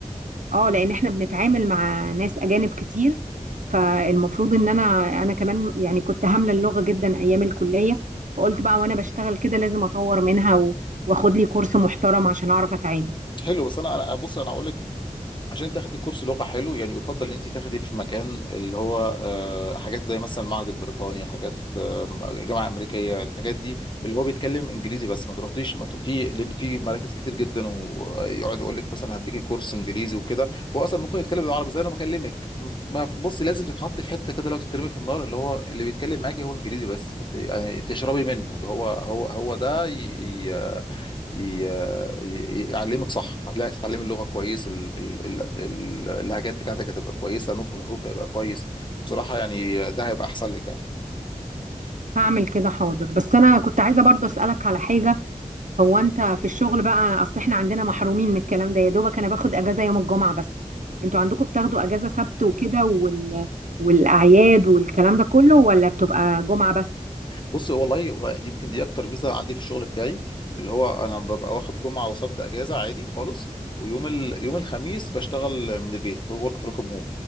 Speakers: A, on the right; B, on the left.
A: اه لان احنا بنتعامل مع ناس اجانب كتير فالمفروض ان انا انا كمان يعني كنت هاملة اللغة جدا ايام الكلية فقلت بقى وانا بشتغل كده لازم اطور منها و- واخد لي كورس محترم عشان اعرف اتعامل
B: حلو بس انا انا- بص انا اقول لك عشان تاخدي كورس لغه حلو يعني يفضل ان انت تاخدي في مكان اللي هو آه، حاجات زي مثلا المعهد البريطاني حاجات جامعه امريكيه الحاجات دي اللي هو بيتكلم انجليزي بس ما تروحليش ما ت- في لان في مراكز كتير جدا ويقعد يقول لك مثلا هديكي كورس انجليزي وكده هو اصلا ممكن يتكلم بالعربي زي انا بكلمك ما بص لازم تتحط في حته كده لو تترمي في النار اللي هو اللي بيتكلم معاكي هو انجليزي بس فت... يعني تشربي منه اللي هو هو هو ده ي... ي... ي... ي- يعلمك صح هتلاقي تتعلمي اللغه كويس ال... ال... ال... ال- اللهجات بتاعتك هتبقى كويسه نطق الحروف هيبقى كويس بصراحه يعني ده هيبقى احسن لك يعني
A: هعمل كده حاضر بس انا كنت عايزة برضه اسألك على حاجة هو انت في الشغل بقى اصل احنا عندنا محرومين من الكلام ده يا دوبك انا باخد اجازه يوم الجمعه بس انتوا عندكم بتاخدوا اجازه سبت وكده وال... والاعياد والكلام ده كله ولا بتبقى جمعه بس
B: بص والله هو دي يمكن دي اكتر ميزه عندي في الشغل بتاعي اللي هو انا ببقى واخد جمعه وسبت اجازه عادي خالص ويوم ال... يوم الخميس بشتغل من البيت في ورك فروم هوم